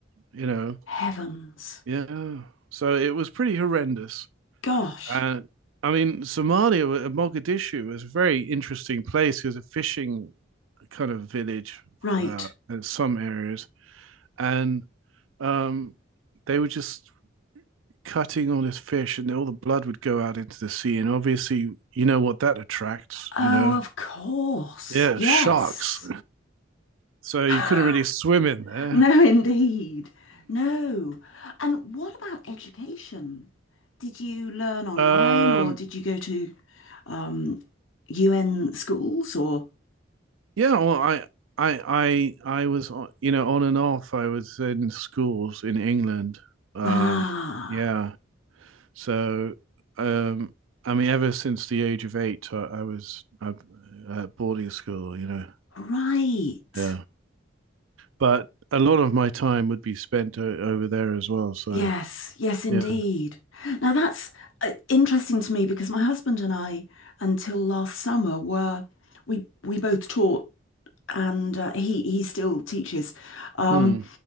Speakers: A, on the right; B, on the left.
A: you know.
B: Heavens.
A: Yeah. So it was pretty horrendous.
B: Gosh.
A: Uh, I mean, Somalia, uh, Mogadishu was a very interesting place. It was a fishing kind of village
B: Right.
A: uh, in some areas. And um, they were just cutting all this fish and all the blood would go out into the sea. And obviously, you know what that attracts,
B: Oh,
A: you know?
B: of course.
A: Yeah,
B: Yes.
A: sharks. So you
B: <laughs>
A: couldn't really swim in there.
B: No, indeed. No. And what about education? Did you learn
A: <laughs>
B: online
A: um,
B: or did you go to um, UN schools or?
A: Yeah, well, I, I, I, I was, on- you know, on and off. I was in schools in England. Um,
B: Ah,
A: yeah. So, um, I mean, ever since the age of eight, I, I was I, at boarding school. You know,
B: right.
A: yeah. But a lot of my time would be spent o over there as well. So,
B: Yes, yes, indeed.
A: yeah.
B: Now that's uh, interesting to me because my husband and I, until last summer, were we we both taught, and uh, he he still teaches, um,
A: Hmm.